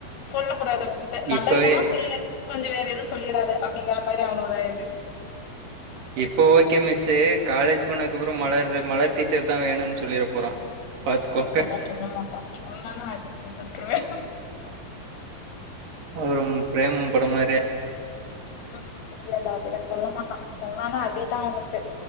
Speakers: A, on the left (about 80°); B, on the right (about 65°).
A: சொல்ல கூடாது அவங்கிட்ட நல்ல
B: இப்பவே
A: விதமா சொல்லு கொஞ்ச வேற எது சொல்லிராத அப்டிங்கிற மாரி அவனோட இது
B: இப்போ ஓகே மிஸ்சு காலேஜ் போனதுக்கப்புற மலர் மலர் டீச்சர்தா வேணுன்னு சொல்லிற போறா பாத்துக்கோங்க
A: அவ சொல்ல மாட்டா சொன்னானா அடி வெளுத்துட்ருவே
B: அப்பறம் பிரேமம் படம் மாரி
A: ம் இல்லல்ல அப்டில்லா சொல்ல மாட்டா சொன்னானா அடிதா அவுனுக்கு